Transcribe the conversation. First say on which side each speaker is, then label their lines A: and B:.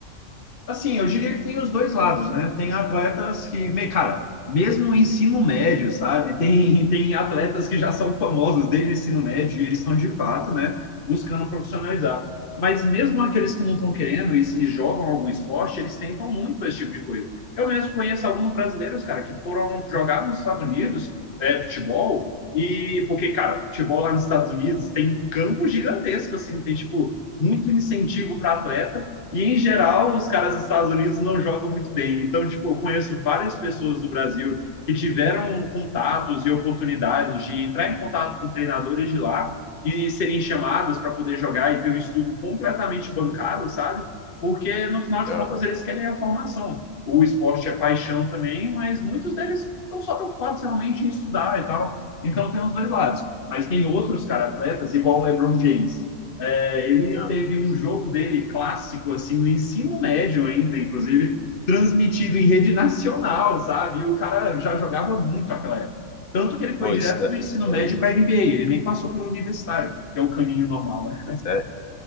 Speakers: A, on the left; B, on the left.
A: Assim, eu diria que tem os dois lados, né? Tem atletas que, me- cara, mesmo o ensino médio, sabe? Tem, <laughs> tem atletas que já são famosos desde o ensino médio e eles estão de fato, né, buscando profissionalizar. Mas mesmo aqueles que não estão querendo e, se jogam algum esporte, eles tentam muito esse tipo de coisa. Eu mesmo conheço alguns brasileiros, cara, que foram jogar nos Estados Unidos, é, futebol, e porque, cara, futebol lá nos Estados Unidos tem um campo gigantesco, assim, tem, tipo, muito incentivo para atleta e, em geral, os caras dos Estados Unidos não jogam muito bem. Então, tipo, eu conheço várias pessoas do Brasil que tiveram contatos e oportunidades de entrar em contato com treinadores de lá e serem chamados para poder jogar e ter o um estudo completamente bancado, sabe? Porque, no final de
B: Aham.
A: contas, eles querem a formação. O esporte é paixão também, mas muitos deles estão só preocupados realmente em estudar e tal. Então, tem os dois lados. Mas tem outros, cara, atletas, igual o LeBron James é, ele
B: Ah,
A: teve um jogo dele clássico, assim, no ensino médio ainda, inclusive, transmitido em rede nacional, sabe? E o cara já jogava muito naquela época. Tanto que ele foi
B: pô,
A: direto
B: isso daí,
A: do ensino
B: isso daí
A: médio
B: é muito.
A: para a NBA, ele nem passou pelo universitário, que é o caminho normal, né?
B: Sério?